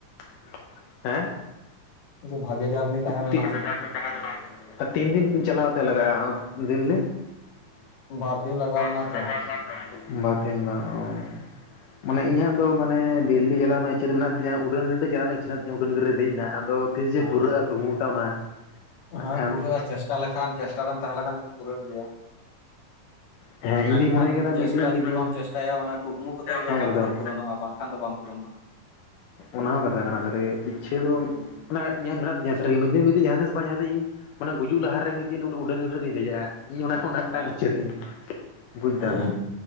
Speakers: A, on the left; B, on the left.
A: <unintelligible> ᱦᱮᱸ
B: ᱵᱷᱟᱜᱤ ᱡᱟᱨᱱᱤ ᱛᱟᱦᱮᱸ
A: ᱛᱤ
B: ᱞᱮᱱᱟ
A: <unintelligible>
B: ᱚᱱᱟ
A: ᱛᱤᱱ ᱫᱤᱱ ᱪᱟᱞᱟᱣ ᱛᱮ ᱞᱟᱜᱟ-ᱟ ᱫᱤᱞᱞᱤ? <inaudible>
B: ᱵᱟᱨ ᱫᱤᱱ ᱞᱟᱜᱟᱣ ᱞᱮᱱᱟ ᱛᱚ
A: ᱵᱟᱨ ᱫᱤᱱ ᱵᱟᱝ ᱚ ᱢᱟᱱᱮ ᱤᱧᱟᱹᱜ ᱫᱚ ᱢᱟᱱᱮ ᱫᱤᱞᱞᱤ ᱪᱞᱟᱣ ᱨᱮᱱᱟᱜ ᱤᱪᱪᱷᱟᱹ ᱫᱚ ᱢᱮᱱᱟᱜ ᱛᱤᱧᱟ ᱩᱰᱟᱹᱱ ᱜᱟᱹᱰᱤ ᱪᱞᱟᱣ ᱨᱮᱱᱟᱜ ᱤᱪᱪᱷᱟᱹ ᱢᱮᱱᱟᱜ ᱛᱤᱧᱟ ᱩᱰᱟᱹᱱ ᱜᱟᱹᱰᱤ ᱨᱮ ᱫᱮᱡ ᱨᱮᱱᱟᱜ ᱟᱫᱚ ᱛᱤᱥ ᱡᱮ
B: ᱦᱮᱸ
A: ᱯᱩᱨᱟᱹᱜᱼᱟ ᱠᱩᱠᱢᱩᱴᱟᱜ ᱚᱱᱟ, ᱱᱟᱜ
B: ᱦᱮᱸ
A: ᱠᱷᱟᱱ
B: ᱯᱩᱨᱟᱹᱜᱼᱟ ᱪᱮᱥᱴᱟ ᱞᱮᱠᱷᱟᱱ ᱪᱮᱥᱴᱟ ᱨᱮᱢ ᱛᱞᱮᱠᱷᱟᱱ ᱯᱩᱨᱟᱹᱜ ᱜᱮᱭᱟ᱾
A: ᱦᱮᱸ
B: ᱢᱮᱱᱠᱷᱟᱱ
A: ᱤᱧ ᱫᱩᱧ ᱢᱚᱱᱮ ᱠᱟᱫᱟ
B: ᱪᱮᱥᱴᱟ
A: ᱢᱤᱫ ᱫᱤᱱ ᱢᱤᱫ
B: ᱡᱩᱫᱤ
A: ᱫᱤᱱ
B: ᱵᱟᱢ ᱪᱮᱥᱴᱟᱭᱟ ᱚᱱᱟ ᱠᱩᱠᱢᱩ ᱠᱚ ᱠᱟᱛᱮ ᱜᱮ
A: ᱦᱮᱸ
B: ᱚᱱᱟ
A: ᱮᱠᱫᱚᱢ
B: ᱠᱚᱫᱚ ᱯᱩᱨᱚᱱᱚᱜᱼᱟ ᱵᱟᱝ ᱠᱷᱟᱱ ᱫᱚ ᱵᱟᱝ ᱯᱩᱨᱚᱱᱚᱜᱼᱟ᱾
A: ᱚᱱᱟ ᱦᱚᱸ ᱠᱟᱛᱷᱟ ᱠᱟᱱᱟ ᱥᱟᱨᱤᱜᱮ ᱤᱪᱪᱷᱟᱹ ᱫᱚ
B: ᱦᱮᱸ
A: ᱚᱱᱟ ᱤᱧᱟᱹᱝ ᱢᱮᱱᱟᱜ ᱛᱤᱧᱟᱹ ᱥᱟᱨᱤᱜᱮ ᱢᱤᱫ ᱫᱤᱱ ᱢᱤᱫ ᱫᱤᱱ ᱡᱟᱦᱟᱸ ᱛᱤᱥ ᱵᱟᱝ ᱡᱟᱦᱟᱸᱛᱤᱥ ᱤᱧ ᱚᱱᱟ ᱜᱩᱡᱩᱜ ᱞᱟᱦᱟᱨᱮ ᱢᱤᱫ ᱫᱤᱱ ᱩᱰᱟᱹᱱ ᱜᱟᱰᱤ ᱨᱮᱫᱩᱧ ᱫᱮᱡᱟᱜᱼᱟ᱾ ᱤᱧ ᱚᱱᱟ ᱚᱱᱟ ᱢᱤᱫᱴᱟᱝ
B: ᱦᱮᱸ
A: ᱤᱪᱪᱷᱟᱹ ᱛᱤᱧ ᱵᱩᱡ
B: ᱦᱮᱸ
A: ᱫᱟᱢ